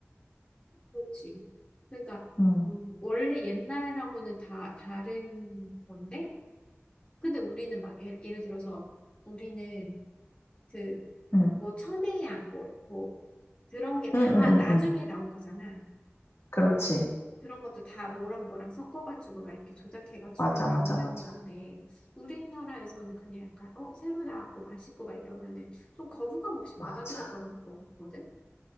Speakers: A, on the left; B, on the left.
A: 그렇지. 그러니까,
B: 응,
A: 음, 원래 옛날하고는 다 다른 건데, 근데 우리는 막 예를, 예를 들어서 우리는 그
B: 응,
A: 뭐 천혜야 뭐 뭐 그런 게 다
B: 응, 응, 응,
A: 나중에
B: 응.
A: 나온 거잖아.
B: 그렇지.
A: 그런 것도 다 뭐랑 뭐랑 섞어가지고 막 이렇게 조작해가지고
B: 맞아,
A: 만든
B: 맞아, 맞아.
A: 건데 우리나라에서는 그냥 약간 어 새로 나왔고 맛있고 막 이러면은 좀 거부감 없이 받아들였던
B: 맞아.
A: 것 같거든.